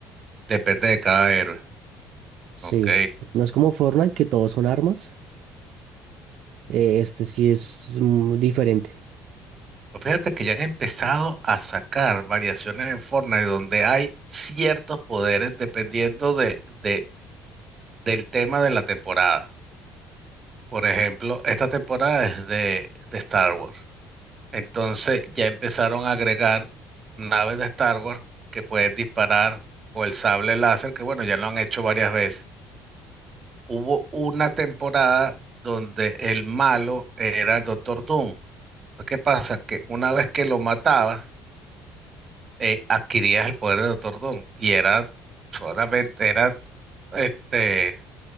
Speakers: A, on the right; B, on the right.
A: Depende de cada héroe.
B: Sí,
A: Ok,
B: no es como Fortnite que todos son armas, eh, este sí es mm, diferente.
A: Fíjate que ya han empezado a sacar variaciones en Fortnite donde hay ciertos poderes dependiendo de, de- del tema de la temporada. Por ejemplo, esta temporada es de, de Star Wars. Entonces ya empezaron a agregar naves de Star Wars que pueden disparar o el sable láser, que bueno, ya lo han hecho varias veces. Hubo una temporada donde el malo era el Doctor Doom. Pues, ¿Qué pasa? Que una vez que lo matabas, eh, adquirías el poder de Doctor Doom y era solamente, era, este,